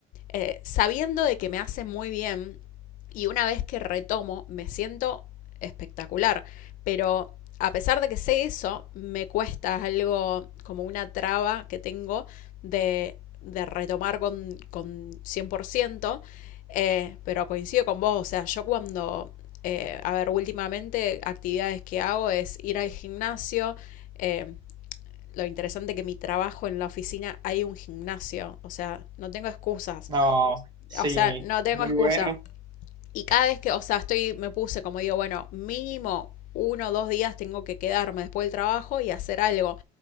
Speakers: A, on the left; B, on the right.
A: eh, sabiendo de que me hace muy bien y una vez que retomo, me siento espectacular. Pero a pesar de que sé eso, me cuesta algo como una traba que tengo de, de retomar con, con 100%. Eh, pero coincido con vos, o sea, yo cuando, eh, a ver, últimamente actividades que hago es ir al gimnasio. Eh, lo interesante que mi trabajo en la oficina hay un gimnasio, o sea, no tengo excusas.
B: No, sí,
A: O sea, no tengo
B: muy
A: excusa.
B: bueno.
A: Y cada vez que, o sea, estoy, me puse como digo, bueno, mínimo uno o dos días tengo que quedarme después del trabajo y hacer algo.